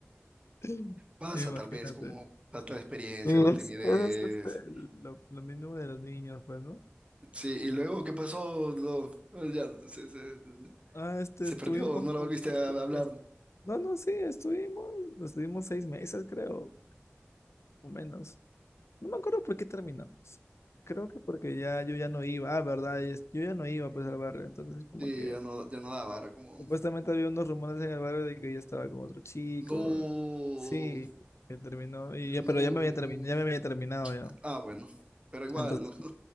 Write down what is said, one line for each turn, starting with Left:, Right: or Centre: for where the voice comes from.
Left: <laughs>
Right: Pasa
Left: Imagínate.
Right: tal vez como falta de experiencia,
Left: Y
Right: la
Left: es,
Right: timidez.
Left: es, es, este, lo, lo mínimo de los niños, pues, ¿no?
Right: Sí, y luego, ¿qué pasó? Lo- ya, se- se-
Left: Ah, este,
Right: Se
Left: estuvimos
Right: perdió, no la
Left: como,
Right: volviste
Left: estu-
Right: a hablar.
Left: es- no, no, sí, estuvimos, estuvimos seis meses, creo, o menos. No me acuerdo por qué terminamos. Creo que porque ya yo ya no iba, ah, verdad, y es- yo ya no iba pues al barrio, entonces como
Right: Sí,
Left: que
Right: ya no, ya no daba, era como,
Left: supuestamente había unos rumores en el barrio de que yo estaba con otro chico.
Right: no,
Left: Sí, que terminó, y
Right: no.
Left: ya, pero ya me había terminado, ya me había terminado ya.
Right: Ah, bueno, pero igual,
Left: Entonces
Right: <laughs> no.